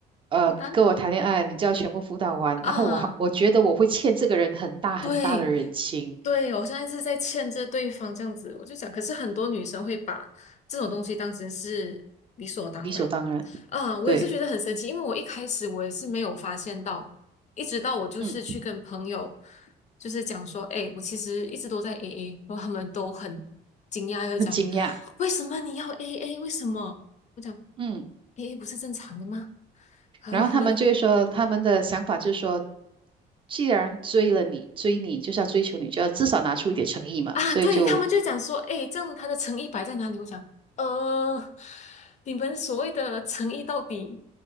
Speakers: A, on the right; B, on the left.
A: 呃，
B: 负担
A: 跟我谈恋爱，你就要全部辅导完，然后我还我觉得我会欠这个人很大很大的人情，
B: 啊，对。对，我现在是在欠着对方这样子，我就讲，可是很多女生会把这种东西当成是理所当然，
A: 理所当然，
B: 啊，我也是觉得很神奇，
A: 对，
B: 因为我一开始我也是没有发现到，一直到我就是去跟朋友
A: 嗯，
B: 就是讲说，哎，我其实一直都在 AA，然后他们都很惊讶，就讲
A: 很惊讶，
B: 为什么你要 AA？为什么？我讲
A: 嗯，
B: AA 不是正常的吗？<laughs> 然后他们都
A: 然后他们就会说，他们的想法就是说，既然追了你，追你就是要追求你，就要至少拿出一点诚意嘛，
B: 啊，
A: 所以就
B: 对，他们就讲说，哎，这样子他的诚意摆在哪里？我讲，呃，你们所谓的诚意到底